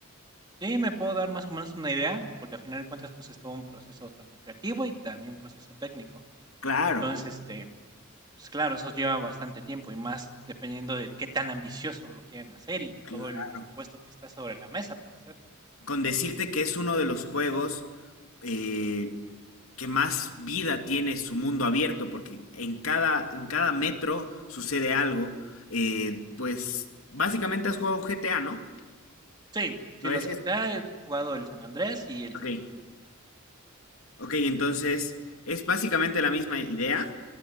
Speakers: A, on the right (about 20°); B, on the left (about 70°).
A: Sí, me puedo dar más o menos una idea, porque al final de cuentas, pues es todo un proceso tanto creativo y también un proceso técnico.
B: Claro,
A: Entonces, este, pues claro, eso lleva bastante tiempo y más dependiendo de qué tan ambicioso lo quieren hacer y
B: claro.
A: todo el presupuesto que está sobre la mesa para hacerlo.
B: Con decirte que es uno de los juegos eh, que más vida tiene su mundo abierto, porque en cada, en cada metro sucede algo. Eh, pues básicamente has jugado un G T A ¿no?
A: Sí, sí,
B: A veces.
A: los GTA he jugado el San Andrés y el
B: Ok,
A: cinco
B: ok, entonces es básicamente la misma idea,